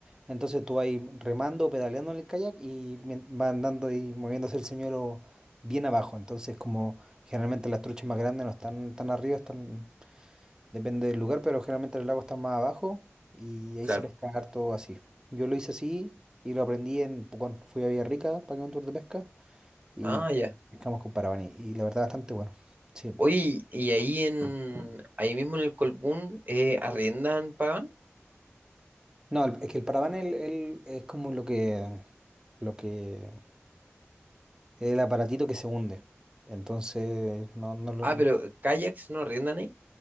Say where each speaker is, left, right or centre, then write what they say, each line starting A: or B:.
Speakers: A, on the right; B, on the right.
A: Entonces tú vas ahí remando, pedaleando en el kayak y mien- va andando y moviéndose el señuelo bien abajo. Entonces, como generalmente las truchas más grandes no están tan arriba, están, depende del lugar, pero generalmente el lago está más abajo y ahí
B: Claro.
A: se pesca harto así. Yo lo hice así y lo aprendí en Pucón. Fui a Villarrica, pagué un tour de pesca y
B: Ah, ya.
A: pescamos con Paravaní. Y la verdad, bastante bueno. Sí.
B: Oye, y ahí en, ahí mismo en el Colbún, eh, ¿arriendan, pagan?
A: No, el- es que el paraván el- el- es como lo que, lo que, el aparatito que se hunde. Entonces, no, no lo-
B: Ah,
A: no-
B: pero kayaks no arriendan